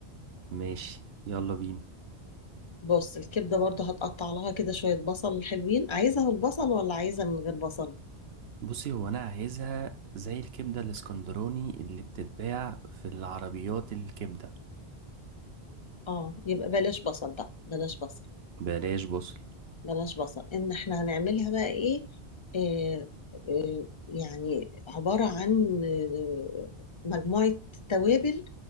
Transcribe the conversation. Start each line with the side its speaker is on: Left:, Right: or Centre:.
Right: ماشي يلا بينا
Left: بص الكبدة برضه هتقطع لها كده شوية بصل حلوين عايزها بالبصل ولا عايزها من غير بصل
Right: بصي هو انا عايزها زي الكبدة الاسكندراني اللي بتتباع في العربيات الكبدة
Left: اه يبقى بلاش بصل بقى بلاش بصل
Right: بلاش بصل
Left: بلاش بصل ان احنا هنعملها بقى ايه آه يعني عبارة عن آه مجموعة توابل